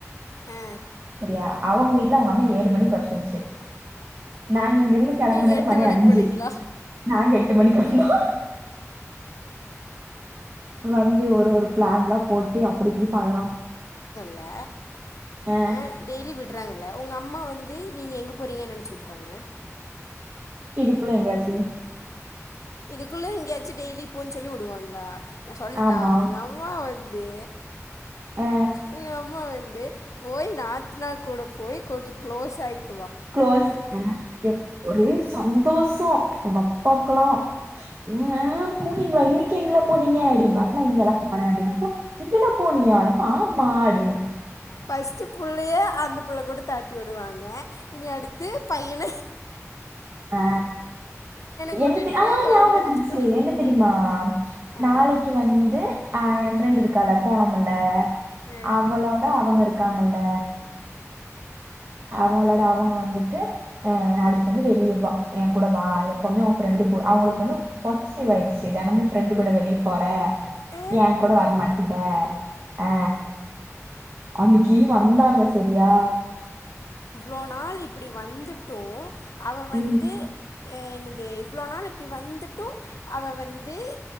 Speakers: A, on the left; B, on the right.
A: ஆ
B: செரியா அவுங்க வீட்ல அவுங்க அம்மா ஏழு மணிக்கு வர சொல்ச்சு நாங்க இங்கிருந்து கெளம்பினது
A: நீங்கள் எட்டு
B: மணி
A: மணிக்கு
B: அஞ்சு
A: போனீங்களா
B: நாங்க எட்டு மணிக்கு வந்தோ வந்து ஒரு ஒரு பிளான்லா போட்டு அப்டி போய் பண்லா
A: ட
B: ஆ
A: அ டெய்லி விடு வுட்றாங்கள உங்க அம்மா வந்து நீங்க எங்கே போறீங்க என்னான்னு சொல்றாங்க
B: இதுக்குள்ள எங்கயாச்சி
A: இதுக்குள்ள எங்கேயாச்சி டெய்லி போன்னு சொல்லி விடுவாங்களா நா சொல்ட்டா
B: ஆமா
A: உங்க அம்மா வந் தே
B: ஆ
A: உங்க அம்மாவ வந்தே போய் நாத்னா கூட போய் கொஞ்சோ க்ளோஸாயிட்
B: க்ளோஸு ஆ ஒரே சந்தோஷோ எங்க அப்பாக்குலா ஏ போனீங்களா இன்னிக்கு எங்கலா போனீங்க அப்டீன்பாரு அப்ப நா இங்கெல்லா விளையாடினோப்போ இங்களா போனியா ஆனப்ப ஆமா அப்டீன்னே
A: ஃபஸ்ட்டு புள்ளையே அந்த புள்ள கூட தாட்டி விடுவாங்க இனி அடுத்து பையன
B: அ
A: கூட்டிட்டு
B: என்ன தெ
A: போய்
B: ஆ ஞாபகோ
A: ரவுண்ட்
B: வந்துருச்சு
A: அடிச்சுட்டு வா
B: என்ன தெரியுமா
A: ஆ
B: நாளைக்கி வந்து ஆ என் ஃப்ரெண்ட்டு இருக்கால போனமுல
A: ஆ
B: அவளோட அவுங்க இருக்காங்கல்ல அவுங்களோட அவுங்க வந்துட்டு எ நாளிக்கு வந்து வெளியே வா ஏ கூட வா எப்பவுமே உன் ஃப்ரெண்டு கூட அவுங்குளுக்கு வந்து பொசசிவ் ஆயிடுச்சு தெனமு ஃப்ரெண்டு கூட வெளியே போற
A: ஆ
B: என் கூட வரமாட்டிற ஆ அன்னிக்கு வந்தாங்க செரியா
A: இவ்ளோ நாள் இப்டி வந்துட்டோ அவ வந்து
B: ம்
A: எ என்னது இவ்ளோ நாள் இப்டி வந் வந்துட்டு அவ வந்து